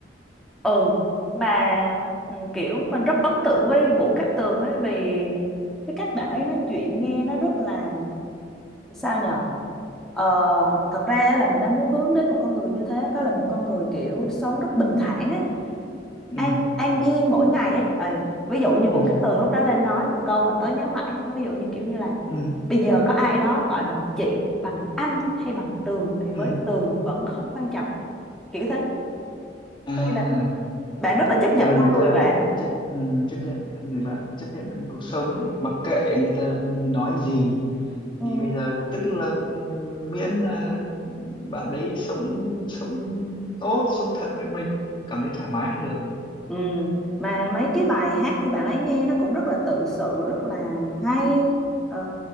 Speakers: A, in the centre; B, on the left.
A: ừ mà ừ, kiểu mình rất ấn tượng với Vũ Cát Tường ấy vì cái cách bạn ấy nói chuyện nghe nó rất là sao nhờ ờ, thật ra á là mình đang muốn hướng đến một con người như thế có là một con người kiểu sống rất bình thản ấy
B: ừ
A: an an yên mỗi ngày ấy ừ. ví dụ như Vũ
B: ừ
A: Cát Tường lúc đó lên nói một câu mà tớ nhớ mãi nha ví dụ như kiểu như là
B: ừ
A: bây giờ có ai đó gọi bằng chị bằng anh hay bằng Tường thì với
B: ừ
A: Tường vẫn không quan trọng kiểu thế
B: à
A: có nghĩa là bạn rất là chấp nhận
B: tức là người
A: con
B: ta
A: người bạn
B: chấp, ừ, chấp nhận con người bạn chấp nhận cuộc sống đấy mặc kệ người ta nói gì
A: Ừ.
B: thì bây giờ tức là ừ, miễn là bạn đấy sống sống tốt sống thật với mình cảm thấy thoải mái là được
A: Ừ. Mà mấy cái bài hát của bạn ấy nghe nó cũng rất là tự sự rất là hay ờ,